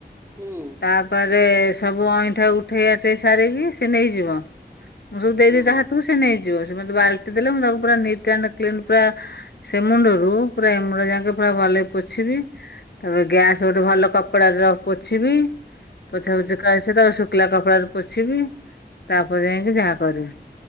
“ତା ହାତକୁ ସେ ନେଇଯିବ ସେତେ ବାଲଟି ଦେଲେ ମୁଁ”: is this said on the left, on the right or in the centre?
Left